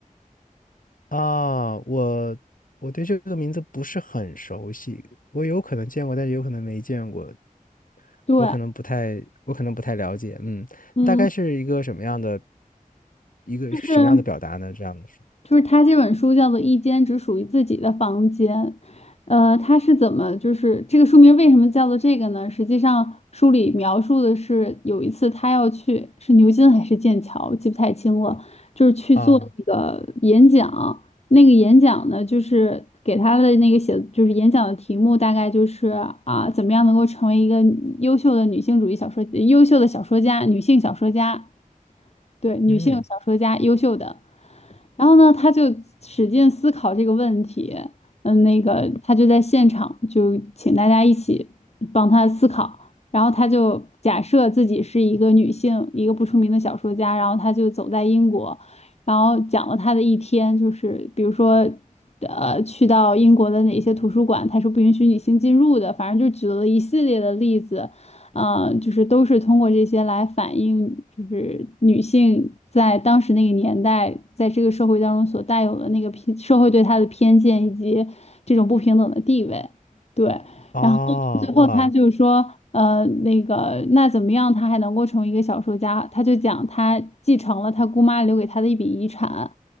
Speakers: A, on the left (about 70°); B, on the left (about 50°).
A: 啊，我我对这个名字不是很熟悉，我有可能见过，但是有可能没见过，
B: 对，
A: 我可能不太，我可能不太了解。嗯，
B: 嗯，
A: 大概是一个什么样的，一个什么样的表达呢？
B: 就是。
A: 这样的说
B: 就是他这本书叫做《一间只属于自己的房间》，呃，他是怎么就是这个书名为什么叫做这个呢？实际上书里描述的是有一次他要去是牛津还是剑桥，记不太清了，就是去做那个演讲，
A: 啊，
B: 那个演讲呢就是给他的那个写就是演讲的题目大概就是啊怎么样能够成为一个优秀的女性主义小说优秀的小说家，女性小说家，对，女性小说家优秀的。
A: 嗯，
B: 然后呢，他就使劲思考这个问题，嗯，那个他就在现场就请大家一起帮他思考，然后他就假设自己是一个女性，一个不出名的小说家，然后他就走在英国，然后讲了他的一天，就是比如说。呃，去到英国的哪些图书馆，他是不允许女性进入的。反正就举了一系列的例子，呃，就是都是通过这些来反映，就是女性在当时那个年代，在这个社会当中所带有的那个偏社会对她的偏见以及这种不平等的地位。对，
A: 哦，
B: 然后最后她就是说，
A: 哇，
B: 呃，那个那怎么样，她还能够成为一个小说家？她就讲她继承了她姑妈留给她的一笔遗产。